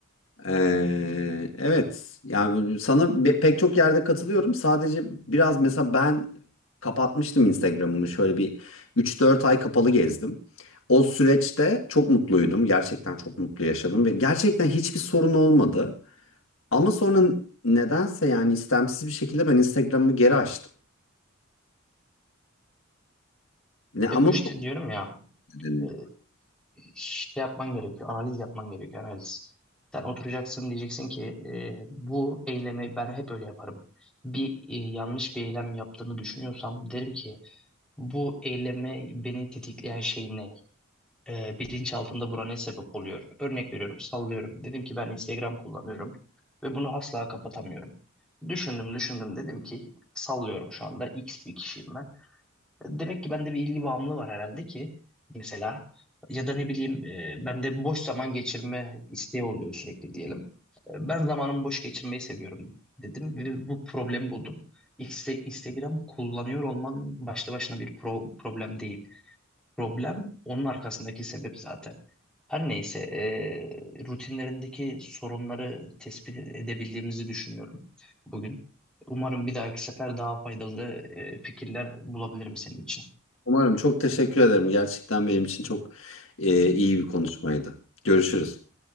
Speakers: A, on the left (about 65°); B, in the centre.
A: eee, evet yani sana be- pek çok yerde katılıyorum. Sadece biraz mesela ben kapatmıştım Instagram'ımı şöyle bir üç dört ay kapalı gezdim. O süreçte çok mutluydum. Gerçekten çok mutlu yaşadım ve gerçekten hiçbir sorun olmadı. Ama sonra nedense yani istemsiz bir şekilde ben Instagram'ımı geri açtım. Ne ama
B: e bu işte
A: bu
B: diyorum ya
A: nedenle.
B: e, şey yapman gerekiyor. Analiz yapman gerekiyor. Analiz. Sen oturacaksın diyeceksin ki e, bu eylemi ben hep öyle yaparım. Bir e, yanlış bir eylem yaptığımı düşünüyorsam derim ki bu eylemi beni tetikleyen şey ne? E, bilinçaltında buna ne sebep oluyor? Örnek veriyorum, sallıyorum. Dedim ki ben Instagram kullanıyorum ve bunu asla kapatamıyorum. Düşündüm, düşündüm. Dedim ki sallıyorum şu anda X bir kişiyim ben. Demek ki bende bir ilgi bağımlılığı var herhalde ki mesela ya da ne bileyim e, bende boş zaman geçirme isteği oluyor sürekli diyelim. E, Ben zamanımı boş geçirmeyi seviyorum dedim ve bu problemi buldum. İnste- Instagram kullanıyor olman başlı başına bir pro- problem değil. Problem onun arkasındaki sebep zaten. Her neyse e, rutinlerindeki sorunları tespit edebildiğimizi düşünüyorum bugün. Umarım bir dahaki sefer daha faydalı e, fikirler bulabilirim senin için.
A: Umarım çok teşekkür ederim. Gerçekten benim için çok e, iyi bir konuşmaydı. Görüşürüz.